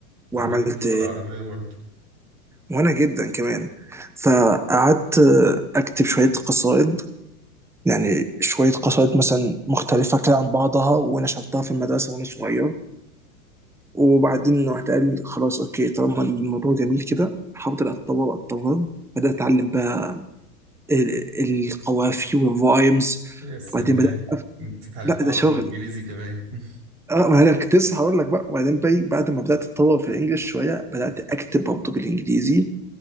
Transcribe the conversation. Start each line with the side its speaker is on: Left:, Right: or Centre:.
Centre: وعملت
Right: انا بحب اللغه العربيه برضه
Centre: وانا جدا كمان فقعدت اكتب شويه قصائد يعني شويه قصائد مثلا مختلفه كده عن بعضها ونشرتها في المدرسه وانا صغير وبعدين رحت قال خلاص اوكي طالما الموضوع جميل كده حاولت اتطور اتطور بدات اتعلم بقى ال- القوافي والفايبز
Right: يا سلام
Centre: بعدين بدات
Right: انت اتعلمت
Centre: لا
Right: عربي
Centre: ده شغل
Right: وانجليزي كمان <laughs>
Centre: اه ما انا كنت لسه هقول لك بقى وبعدين بي- بعد ما بدات اتطور في الانجليش شويه بدات اكتب برضه بالانجليزي